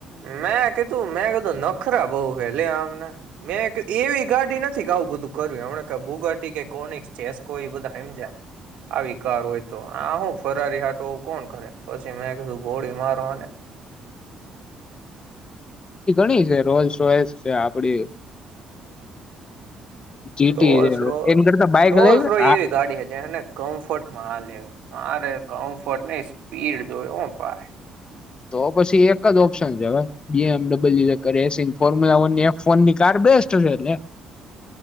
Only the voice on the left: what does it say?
એ ઘણી છે રોયલ્સ રોયલ્સ છે આપડી જીટી
એમ કરતા બાઈક
લઈ
હા
તો પછી એક જ ઓપ્શન છે હવે બી એમ ડબ્લીયું એકજ એસી ફોર્મ્યુલા વ એ ફોન ની કાર બેસ્ટશે એટલે